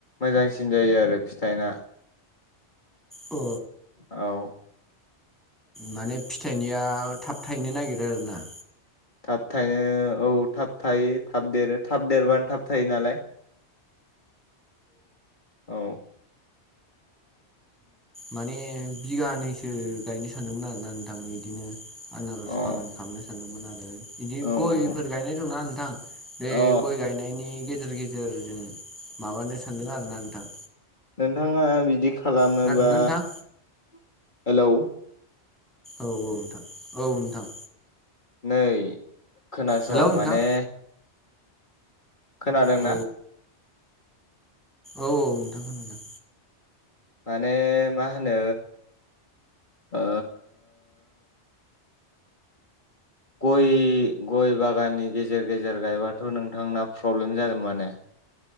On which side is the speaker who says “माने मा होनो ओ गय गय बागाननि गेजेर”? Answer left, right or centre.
Left